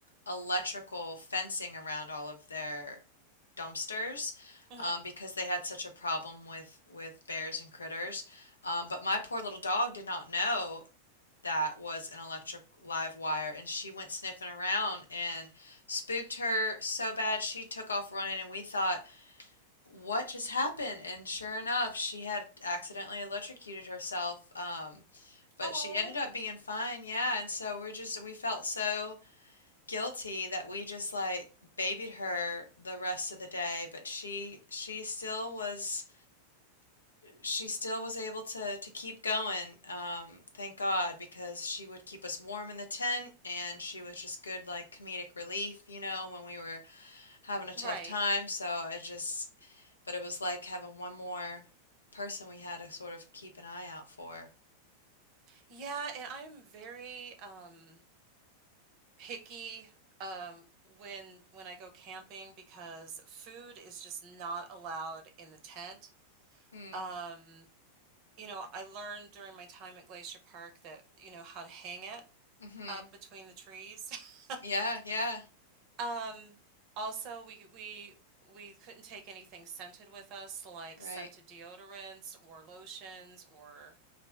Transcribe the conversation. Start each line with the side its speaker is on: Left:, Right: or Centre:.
Left: electrical fencing around all of their dumpsters
Right: Mm-hmm.
Left: um, because they had such a problem with with bears and critters. Um, but my poor little dog did not know that was an electric live wire, and she went sniffing around and spooked her so bad she took off running, and we thought, what just happened? And sure enough, she had accidentally electrocuted herself. Um, but
Right: Oh,
Left: she ended up being fine, yeah. And so we're just, we felt so guilty that we just like babied her the rest of the day. But she, she still was, she still was able to to keep going. Um, thank God, because she would keep us warm in the tent, and she was just good like comedic relief, you know, when we were having a tough
Right: right.
Left: time. So I just, but it was like having one more person we had to sort of keep an eye out for.
Right: Yeah, and I'm very um picky um, when when I go camping because food is just not allowed in the tent.
Left: Hmm.
Right: Um, you know, I learned during my time at Glacier Park that, you know, how to hang it
Left: Mm-hmm.
Right: up between the trees. <laughs>
Left: Yeah. Yeah.
Right: Um, also we we we couldn't take anything scented with us, like
Left: Right,
Right: scented deodorants or lotions or